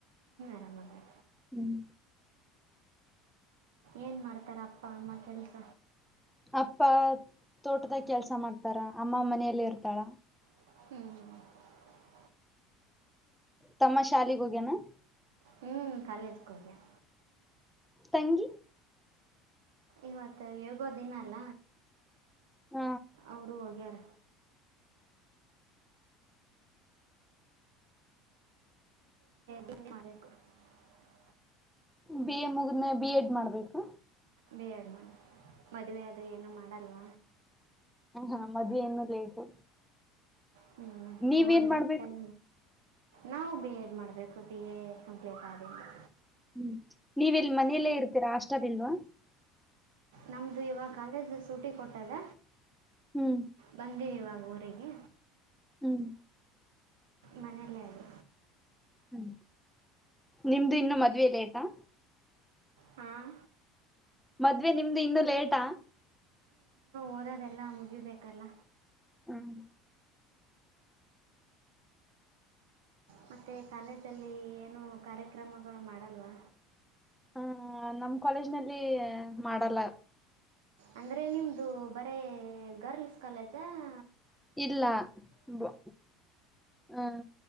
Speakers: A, on the right; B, in the centre.
A: ಆರಾಮಾದರ
B: ಹ್ಮ್
A: ಏನ್ ಮಾಡ್ತಾರೆ ಅಪ್ಪ ಅಮ್ಮ ಕೆಲಸ.
B: ಅಪ್ಪ ತೋಟದಾಗ ಕೆಲ್ಸ ಮಾಡ್ತಾರ ಅಮ್ಮ ಮನೆಯಲ್ಲಿ ಇರ್ತಾಳ
A: ಹ್ಮ್
B: ತಮ್ಮ ಶಾಲೆಗ್ ಹೋಗ್ಯನಾ.
A: ಹ್ಮ್ ಕಾಲೇಜ್ ಗೊಗ್ಯಾನ.
B: ತಂಗಿ
A: ಇವತ್ತ ಹೇಗೋ ದಿನಲ್ಲ.
B: ಹು
A: ಅವ್ರು ಹೊಗ್ಯಾರ. ತಿಂಡಿ ಮಾಡ್ಬೇಕು ಇ
B: ಬಿ ಎ ಮುಗಿದ್ಮೇ ಬಿ ಎಡ್ ಮಾಡ್ಬೇಕು.
A: ಬಿ ಎಡ್ ಮಾಡ್ ಮದ್ವೆ ಅದು ಏನು ಮಾಡಲ್ವ.
B: ಹಾ ಹಾ ಮದ್ವೆ ಇನ್ನು ಲೇಟು.
A: ಹ್ಮ್
B: ನೀವೇನ್
A: ಹೋದ್ರಿ
B: ಮಾಡ್ಬೇಕು
A: ತನ್ನ. ನಾವು ಬಿ ಎಡ್ ಮಾಡಬೇಕು ಬಿ ಎ ಕಂಪ್ಲೀಟ್ ಆಗ್ಯತೆ.
B: ಹ್ಮ್ ನೀವೆಲ್ ಮನೆಲ್ಲೇ ಇರ್ತೀರಾ ಹಾಸ್ಟೆಲ್ ಇಲ್ವಾ.
A: ನಮ್ದು ಇವಾಗ ಕಾಲೇಜ್ ಶೂಟಿಗ್ ಕೊಟ್ಟದ.
B: ಹ್ಮ್
A: ಬಂದಿ ಇವಾಗ್ ಊರಿಗೆ
B: ಹ್ಮ್
A: ಮನೇಲೆ ಅದು
B: ಹ್ಮ್ ನಿಮ್ದು ಇನ್ನೂ ಮದ್ವೆ ಲೇಟ್ ಹ.
A: ಹಾಂ
B: ಮದ್ವೆ ನಿಮ್ದು ಇನ್ನು ಲೇಟಾ.
A: ಓದೋದೆಲ್ಲಾ ಮುಗಿಬೇಕಲ್ಲ.
B: ಹ್ಮ್
A: ಮತ್ತೆ ಕಾಲೇಜಯಲ್ಲಿ ಏನು ಕಾರ್ಯಕ್ರಮಗಳು ಮಾಡಲ್ವಾ.
B: ಹ ನಮ್ ಕಾಲೇಜ್ನಲ್ಲಿ ಮಾಡಲ್ಲ.
A: ಅಂದ್ರೆ ನಿಮ್ದು ಬರೇ ಗರ್ಲ್ಸ್ ಕಾಲೇಜಾ ಹ.
B: ಇಲ್ಲ ವ. ಹ್ಮ